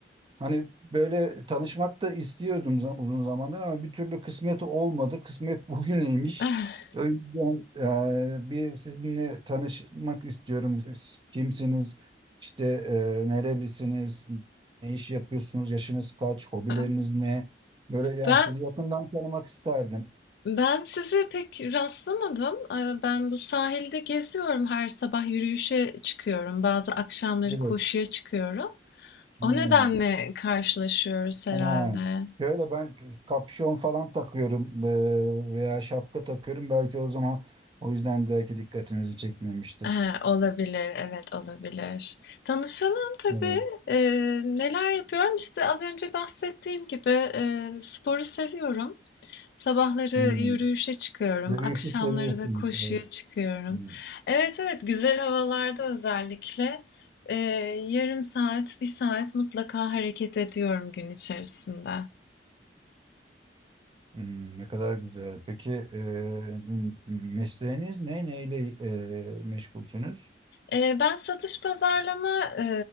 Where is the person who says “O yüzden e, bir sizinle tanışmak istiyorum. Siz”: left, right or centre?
Right